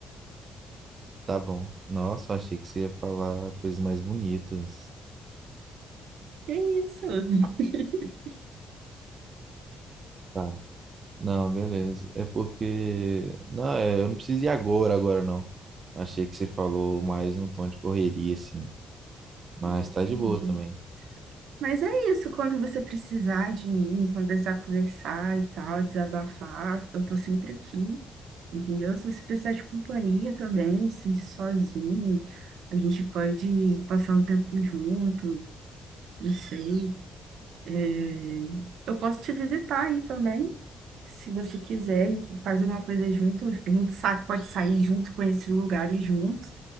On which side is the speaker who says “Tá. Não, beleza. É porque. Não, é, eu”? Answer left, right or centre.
Right